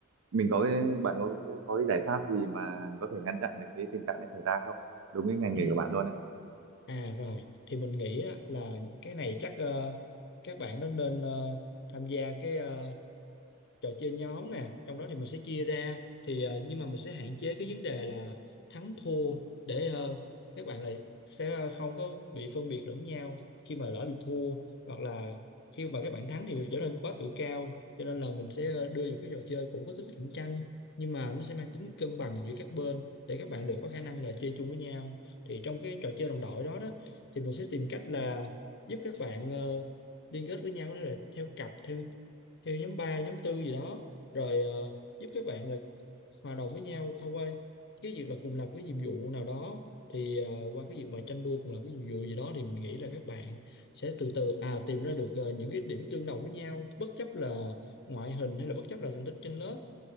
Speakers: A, on the right; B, on the left.
A: mình có cái, bạn có, có có cái giải pháp gì mà có thể ngăn chặn được cái tình trạng này xảy ra không đúng cái ngành
B: ừm,
A: nghề của bạn luôn ấy
B: à rồi thì mình nghĩ á, là cái này chắc ờ, các bạn nó nên ờ, tham gia cái ờ, trò chơi nhóm nè trong đó thì mình sẽ chia ra thì ờ, nhưng mà mình sẽ hạn chế cái vấn đề là thắng thua để ờ, các bạn lại sẽ ờ, không có bị phân biệt lẫn nhau khi mà lỡ bị thua hoặc là khi mà các bạn thắng thì trở nên quá tự cao cho nên là mình sẽ ờ, đưa những cái trò chơi cũng có tính cạnh tranh nhưng mà nó sẽ mang tính cân bằng giữa các bên để các bạn đều có khả năng là chơi chung với nhau thì trong cái trò chơi đồng đội đó đó thì mình sẽ tìm cách là giúp các bạn ờ, liên kết với nhau có thể là theo cặp theo theo nhóm 3 nhóm tư gì đó rồi ờ, giúp các bạn là hòa đồng với nhau thông qua cái việc là cùng làm cái nhiệm vụ nào đó thì ờ, qua cái việc mà tranh đua cùng làm cái nhiệm vụ gì đó thì mình nghĩ là các bạn sẽ từ từ à tìm ra được ờ, những cái điểm tương đồng với nhau bất chấp là ngoại hình hay là bất chấp là thành tích trên lớp